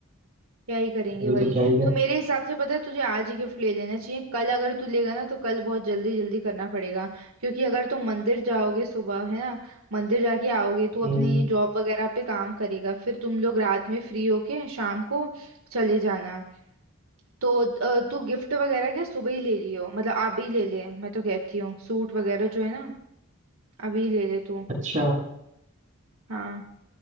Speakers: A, on the right; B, on the right.
A: क्या ही करेंगे
B: अभी
A: वही
B: तो क्या ही करें
A: तो मेरे हिसाब से पता है तुझे आज ही गिफ्ट ले लेना चाहिए कल अगर तू लेगा ना तो कल बहुत जल्दी जल्दी करना पड़ेगा क्योंकि अगर तू मंदिर जाओगे सुबह है ना मंदिर जाके आओगे तू
B: हम्म
A: अपनी जॉब वगैरह पे काम करेगा फिर तुम लोग रात में फ्री होके शाम को चले जाना तो अ, तू गिफ्ट वगैरह क्या सुबह ही ले लियो मतलब आप भी ले ले मैं तो कहती हूँ सूट वगैरह जो है ना अभी ले ले तू
B: अच्छा
A: हाँ